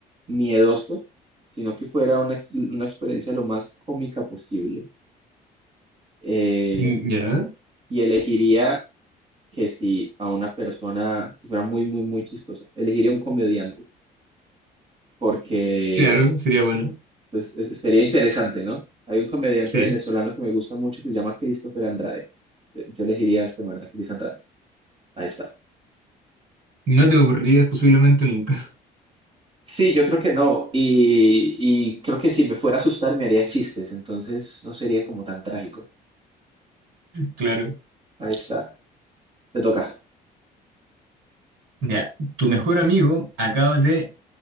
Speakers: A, on the right; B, on the right.
A: miedoso, sino que fuera una, ex- una experiencia lo más cómica posible. Eh,
B: Mm, Ya,
A: y elegiría que si a una persona que fuera muy, muy, muy chistosa, elegiría un comediante, porque
B: claro, sería bueno.
A: pues, es- sería interesante, ¿no? Hay un comediante
B: Sí.
A: venezolano que me gusta mucho que se llama Christopher Andrade. Eh, Yo elegiría a este man, a Chris Andrade. Ahí está.
B: No te aburrirías posiblemente nunca.
A: Sí, yo creo que no. Y, y creo que si me fuera a asustar me haría chistes, entonces no sería como tan trágico.
B: Claro.
A: Ahí está. Te toca.
B: Ya, tu mejor amigo acaba de